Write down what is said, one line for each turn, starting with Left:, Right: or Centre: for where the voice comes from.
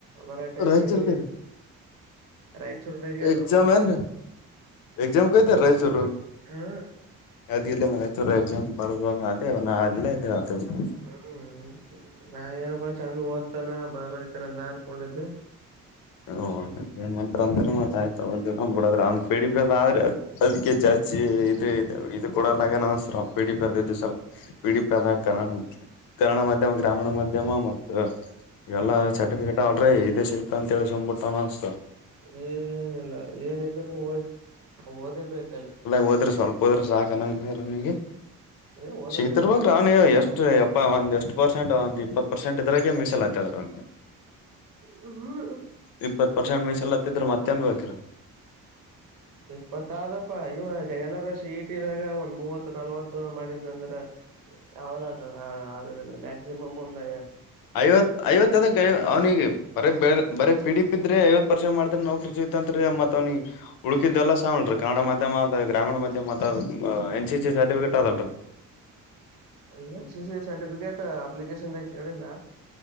Right: ಬರ ಟೈಮಿಗೆ
Left: ರಾಯಚೂರ್ದ
Right: ರಾಯಚೂರ್ದಾಗೆ ಅದು
Left: ಎಕ್ಸಾಮ್
Right: ಮತ್ತೆ
Left: ಏನ್ ಎಕ್ಸಾಮ್ ಕೊಗಿದ್ದೆರಾಯಚೂರ
Right: ಹಾ
Left: ಅದ ಇಲ್ಲ ರಾಯಚುರ್ ಅದೇ ಅಲ ಅಲ್ಲೇ <unintelligible>
Right: ಹ್ಮ್ ನಾ ಏನಪ್ಪ ಚಂದ ಓದ್ತಾನ ಬಾಳ ಬರಿತಾನ ಅಂತ್ ನಾ ಅನ್ಕೊಂಡಿದ್ದೆ <unintelligible>
Left: ಓಂತ ಮತ್ತ್ ಆಯ್ತ ಬಿಡ್ರ್ ಡಿ ಅದ ಆದ್ರೆ <unintelligible> ಅದಕ್ಕೆ ಜಾಸ್ತಿ ಇ ಇ ಇದು ಕೂಡ ಲಗ ನ ಸ ಪಿಡಿ ಪ ಅಂದ ಸಲ <unintelligible> ಪಿಡಿಪಿ ಆದ ಕನ್ನಡ ಕನ್ನಡ ಮಾಧ್ಯಮ, ಗ್ರಾಮೀಣ ಮಾಧ್ಯಮ ಮತ್ತು ಎಲ್ಲಾ ಚಟಕ ಗಟ ಅಲ್ರಿ ಇದು ಸಿಗ್ತ ಅಂತೇಳಿಬಿಟ್ಟ ಅನ್ತ <unintelligible>
Right: ಏನಿಲ್ಲ ಏನಿದ್ರು ಓದೇಬೇಕಲ್ಲಿ
Left: ಹೋದ್ರ ಸ್ವಲ್ಪ ಹೋದ್ರ ಸಾಕ್ನಂಗನಿಗೆ
Right: ಏ ಓದೋದೇ
Left: ಸಿಗ್ತಿರ್ಬಕ್
Right: ಅಲ್ಲ
Left: ರಾವ್ನ ಎಷ್ಟ ಆ ಒಂದ ಎಷ್ಟು ಪರ್ಸೆಂಟ್ ಒಂದ ಇಪ್ಪತ್ತು ಪರ್ಸೆಂಟ್ ಇದ್ರಾಗ ಮೀಸಲಾತಿ ಆದ ನಂದು
Right: ಹ್ಮ್ <inaudible>
Left: ಇಪ್ಪತ್ ಪರ್ಸೆಂಟ್ ಮೀಸಲಾತಿದ್ರ ಮತ್ತೆ ಎನ್ ಬೇಕ್ರಿ.
Right: ಇಪ್ಪತ್ತ ಆದಪ್ಪಾ ಇವ ಎಲ್ಲಾರ ಸಿಇಟಿದಾಗ ಒಂದ್ ಮೂವತ್ತು, ನಲ್ವತ್ತು ಮಾಡಿದ ಅಂದ್ರ ಯವಲ ಆದ ಆಗದೆಲ್ಲ ಮ್ಯಾಕ್ಸಿಮಮ್ ಒಂದು
Left: ಐವತ್ತು ಐವತ್ತ <unintelligible> ಅವ್ನಿಗೆ ಬರೆ ಪಿ, ಡಿ, ಪಿಇದ್ರೆ ಐವತ್ ಪರ್ಸೆಂಟ್ ಮಾಡಿದ್ರೆ ನೌಕರಿ ಸಿಗತಂತ್ ಮತ್ತತ್ ಅವನಿಗೆ- ಉಳಕಿದ್ದೆಲ್ಲ ಸ ಆವಲ್ರಿ ಕನ್ನಡ ಮಾಧ್ಯಮ ಅ ಗ್ರಾಮೀಣ ಮಾಧ್ಯಮ ಅ ಎನ್, ಸಿ, ಸಿ ಸರ್ಟಿಫಿಕೇಟ್ ಅದಲ್ರಿ.
Right: ಎನ್, ಸಿ, ಸಿ ಸರ್ಟಿಫಿಕೇಟ್ ಅಪ್ಲಿಕೇಶನ್ದಾಗ ಕೇಳಿಲ್ಲ.